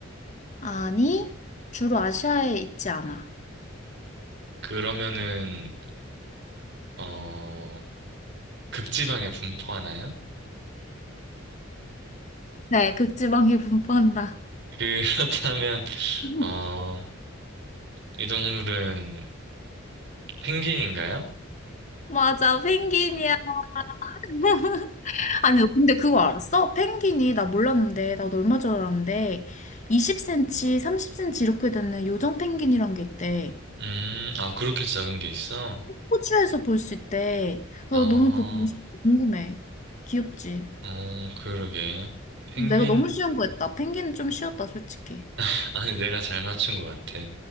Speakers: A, on the left; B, on the right.
A: 아니, 주로 아시아에 있지 않아.
B: 그러면은, 어, 극지방에 분포하나요?
A: 네, 극지방이 분포한다.
B: <laughs> 그렇다면,
A: <laughs>
B: 어, 이 동물은 펭귄인가요?
A: 맞아, 펭귄이야. <laughs> 아니, 근데 그거 알았어? 펭귄이, 나 몰랐는데, 나도 얼마 전 알았는데, 20cm, 30cm 이렇게 되는 요정 펭귄이란 게 있대.
B: 음, 아, 그렇게 작은 게 있어?
A: 호주에서 볼 수 있대.
B: 아,
A: 나 너무 그거 궁금해. 귀엽지?
B: 어, 그러게. 펭귄,
A: 내가 너무 쉬운 거 했다. 펭귄은 좀 쉬웠다, 솔직히.
B: <laughs> 아니, 내가 잘 맞춘 것 같아.